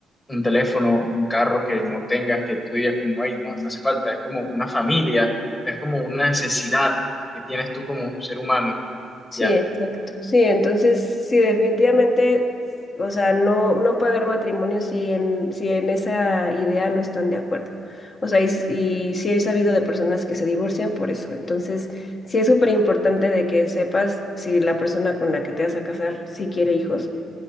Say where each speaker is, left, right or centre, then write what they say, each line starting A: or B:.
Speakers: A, on the left; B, on the left.
A: un teléfono, un carro que no tengas, que tú digas como, ay, no, no hace falta, es como una familia, es como una necesidad que tienes tú como ser humano,
B: Sí,
A: ¿ya?
B: exacto. Sí, entonces sí, definitivamente, o sea, no, no puede haber matrimonio si en, si en esa idea no están de acuerdo. O sea, y, s- y sí he sabido de personas que se divorcian por eso. Entonces, sí es súper importante de que sepas si la persona con la que te vas a casar sí quiere hijos